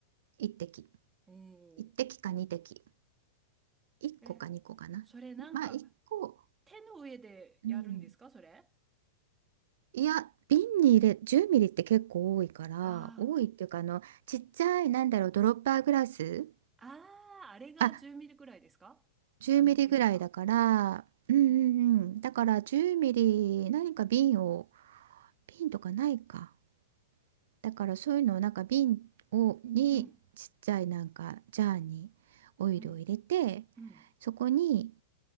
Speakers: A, on the right; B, on the right.
A: 1滴。
B: おお。
A: 1滴か2滴。1個か2個かな。
B: え、それなんか
A: まあ、1個。
B: 手の上でやるんですかそれ
A: うん。いや、瓶に入れ、10ミリって結構多いから、
B: ああー。
A: 多いっていうか、あの、ちっちゃい、なんだろう、ドロッパーグラス。
B: ああ、あれが10ミリくらいですかあの大きさが。
A: あ、10ミリぐらいだから、うんうんうん。
B: ん
A: だから10ミリ何か瓶を、瓶とかないか。だからそういうのをなんか瓶をにちっちゃいなんかジャーにオイルを入れて、
B: うん、うん、うん、
A: そこに、